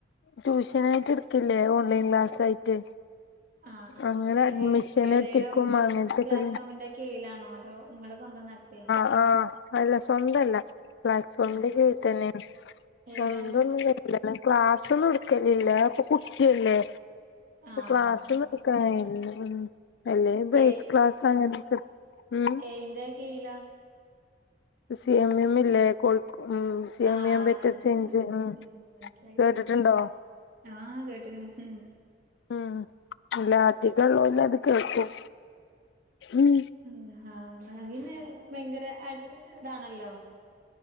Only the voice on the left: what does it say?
ട്യൂഷനായിട്ട് ഇടുക്കില്ലേ ഓൺലൈൻ ക്ലാസ് ആയിട്ട്
അങ്ങനെ
അഡ്മിഷൻ
എത്തിക്കും അങ്ങനത്തെക്കെ
ആഹ് അല്ല സ്വന്തല്ല പ്ലാറ്റ്ഫോമിന്റെ
കീഴിത്തന്നെ ആണ് സ്വന്തം
ഒന്നും ക്ലാസ്സൊന്നും ഇട്ക്കലില്ല ഇപ്പൊ കുട്ടിയല്ലേ
ക്ലാസ്സൊന്നും കയിംന്ന് വെല്ലേ ബൈസ്
ക്ലാസാങ്ങനെ ക്ട് മ്
സി എം എം ല്ലേ കോഴികൊ ഉം സി
എം എം ബെറ്റർ
ചേഞ്ച്
ഉം
കേട്ടിട്ടുണ്ടോ
ഉം ഇല്ല അധികള്ളോല്ലത് കേൾക്കും ഉം